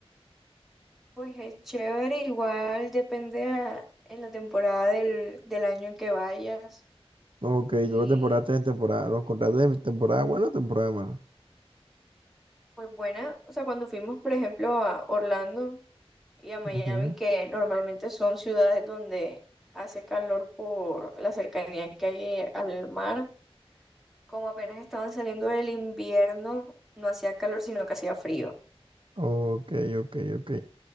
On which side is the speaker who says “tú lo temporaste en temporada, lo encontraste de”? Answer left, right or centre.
Right